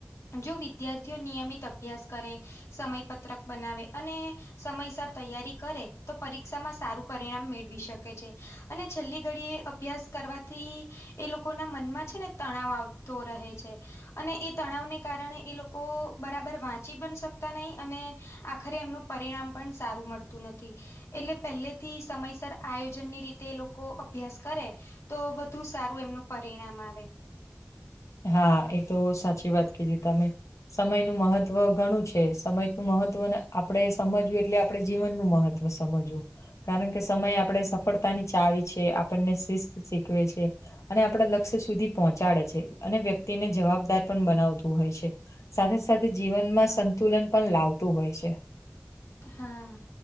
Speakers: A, on the left (about 70°); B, on the left (about 80°).
A: જો, વિદ્યાર્થીઓ નિયમિત અભ્યાસ કરે, સમયપત્રક બનાવે અને- સમયસર તૈયારી કરે, તો પરીક્ષામાં સારું પરિણામ મેળવી શકે છે. અને છેલ્લી ઘડીએ- -અભ્યાસ કરવાથી, એ લોકો ના મનમાં છે ને, તણાવ આવતો રહે છે. અને, એ તણાવને કારણે, એ લોકો બરાબર વાંચી પણ શકતા નહી. અને- -આખરે એમનું પરિણામ પણ સારું મળતું નથી. એટલે પહેલે થી, સમયસર આયોજન ની રીતે લોકો અભ્યાસ- -કરે તો વધુ સારું એમનું પરિણામ આવે.
B: હા, એ તો સાચી વાત કીધી તમે. સમયનું મહત્વ ઘણું છે. સમયનું મહત્વ આપણે સમજવું, એટલે આપણે જીવનનું મહત્વ- -સમજવું. કારણ કે, સમય આપણે સફળતાની ચાવી છે, પણને શિસ્ત શીખવે છે. અને, આપણા લક્ષ્ય સુધી પહોંચાડે છે. અને વ્યક્તિને જવાબદાર પણ બનાવતું હોય છે. સાથે સાથે, જીવનમાં સંતુલન પણ લાવતું હોય છે.
A: હા,